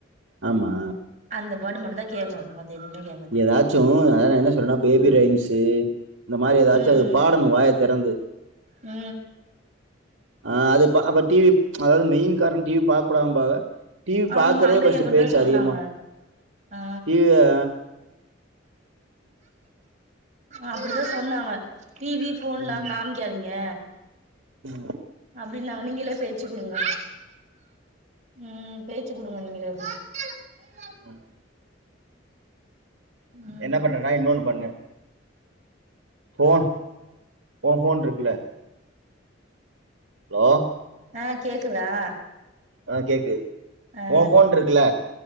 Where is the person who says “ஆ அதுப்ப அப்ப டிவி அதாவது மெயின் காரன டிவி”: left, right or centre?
Right